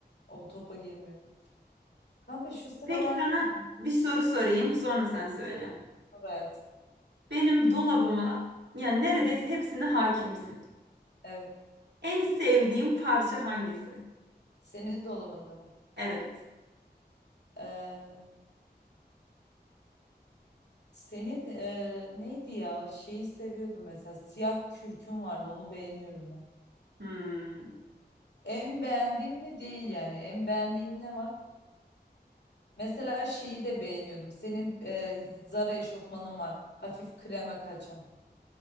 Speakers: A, on the left; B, on the right.
A: o topa girmiyorum. Kanka şu sıralar
B: Peki sana
A: ne bileyim
B: bir soru sorayım, sonra sen söyle.
A: spor hayatım.
B: Benim dolabıma yani neredeyse hepsine hakimsin.
A: Evet.
B: En sevdiğim parça hangisi?
A: Senin dolabında mı?
B: Evet.
A: Ee, senin e, neydi ya? Şeyi seviyordum mesela. Siyah kürkün vardı. Onu beğeniyorum ben.
B: Hmm.
A: En beğendiğim mi değil yani. En beğendiğim ne var? Mesela şeyi de beğeniyordum. Senin e, Zara eşofmanın var. Hafif kreme kaçan.